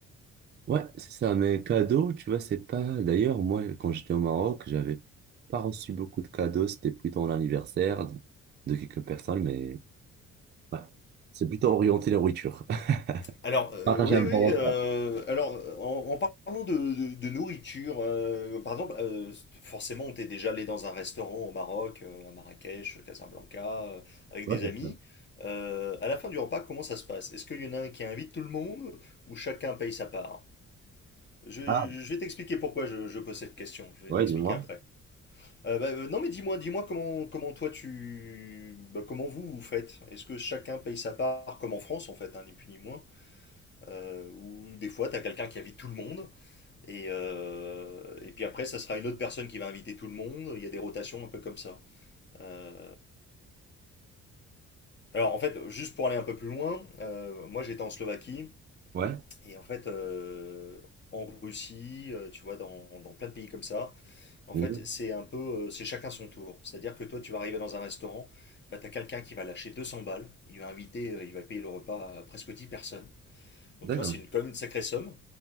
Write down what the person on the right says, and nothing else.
Ouais, c'est ça. Mais cadeau, tu vois, c'est pas. D'ailleurs, moi, quand j'étais au Maroc, j'avais pas reçu beaucoup de cadeaux. C'était plutôt l'anniversaire de de quelques personnes, mais ouais. C'est plutôt orienté nourriture.
<laughs>
Partager
un
bon
repas.
Ouais,
c'est
ça.
Ah,
ouais,
dis-moi.
Ouais,
Mhm.
d'accord.